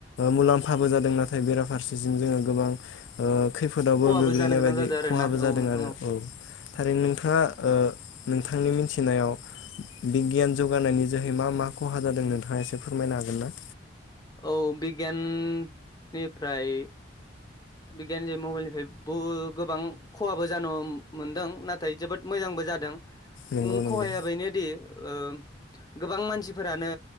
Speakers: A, on the left; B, on the left.
A: मुलाम्फाबो जादों नाथाय बेराफार फारसें जोङो गोबां ओ खैफोदावबो
B: खहाबो
A: गोग्लैनाय
B: जानो गोनां
A: बायदि
B: जादों आरोना
A: खहाबो जादों
B: औ नोंथां
A: आरो औ थारैनो नोंथाङा ओ नोंथांनि मिथिनायाव बिगियान जौगानायनि जोहै मा मा खहा जादों नोंथाङा एसे फोरमायनो हागोन ना
B: औ बिगियाननिफ्राय बिगियान जे मबाइलनिफ्राय बहो गोबां खहाबो जानो हम मोनदों नाथाय जोबोद मोजांबो जादों
A: नंगौ
B: उम
A: नंगौ
B: खहाया बेनोदि ओ गोबां मानसिफोरानो